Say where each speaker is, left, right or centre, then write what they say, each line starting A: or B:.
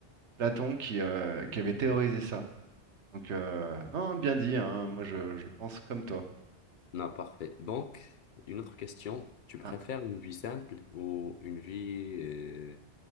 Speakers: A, on the right (about 90°); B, on the left (about 60°).
A: Platon qui, euh, qui avait théorisé ça. Donc, euh, non, bien dit, hein, moi je, je pense comme toi.
B: Non, parfait. Donc, une autre question. Tu préfères
A: Ah.
B: une vie simple ou une vie, euh,